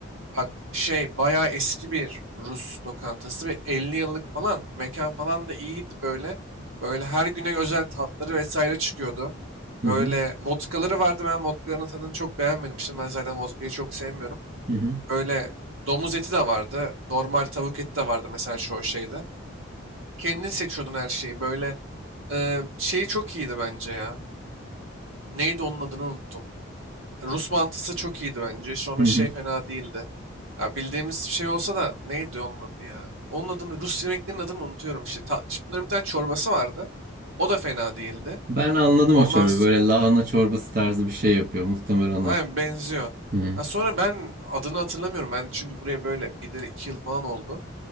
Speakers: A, on the right; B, on the right.
A: Bak şey bayağı eski bir Rus lokantası. Bir 50 yıllık falan. Mekan falan da iyiydi böyle. Böyle her güne özel tatları vesaire çıkıyordu.
B: Hı
A: Böyle
B: hı,
A: vodkaları vardı. Ben vodkaların tadını çok beğenmedim. Şimdi ben zaten vodkayı çok sevmiyorum.
B: hı hı,
A: Böyle domuz eti de vardı. Normal tavuk eti de vardı mesela şu şeyde. Kendin seçiyordun her şeyi. Böyle e, şeyi çok iyiydi bence ya. Neydi onun adını unuttum. Rus mantısı çok iyiydi bence. Sonra
B: hı hı.
A: şey fena değildi. Ya bildiğimiz bir şey olsa da neydi onun adı ya? Onun adını Rus yemeklerinin adını unutuyorum işte. Ta, işte bunların bir tane çorbası vardı. O da fena değildi.
B: Ben anladım
A: Ondan
B: o çorbayı.
A: s-
B: Böyle lahana çorbası tarzı bir şey yapıyor. Muhtemelen
A: aynen
B: o.
A: benziyor.
B: Hı hı,
A: Ha, sonra ben adını hatırlamıyorum. Ben çünkü buraya böyle gideli iki yıl falan oldu.